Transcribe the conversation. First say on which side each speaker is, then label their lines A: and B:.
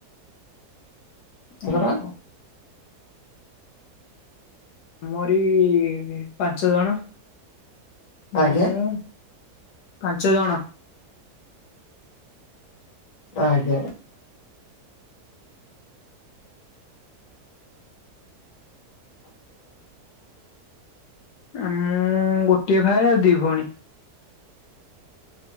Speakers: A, on the left; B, on the left.
A: ସେଇ
B: ଆମରି
A: ପରା।
B: ଆମରି ପାଞ୍ଚ ଜଣ, ମୁଁ।
A: ଆଜ୍ଞା
B: ପାଞ୍ଚ ଜଣ।
A: ଆଜ୍ଞା।
B: ଆ ମୁଁ ଗୋଟିଏ ଭାଇ ଆଉ ଦି ଭଉଣୀ।